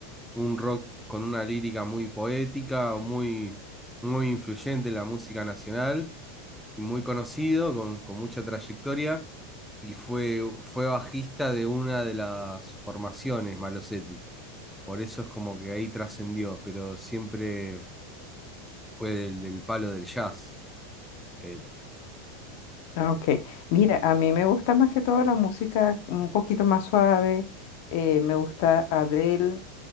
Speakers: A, in the centre; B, on the left (about 65°).
A: un rock con una lírica muy poética, muy, muy influyente en la música nacional y muy conocido, con, con mucha trayectoria, y fue, fue bajista de una de las formaciones, Malosetti. Por eso es como que ahí trascendió, pero siempre fue del, del palo del jazz, él.
B: Ah, Ok, mira, a mí me gusta más que todo la música un poquito más suave, eh, me gusta Adele,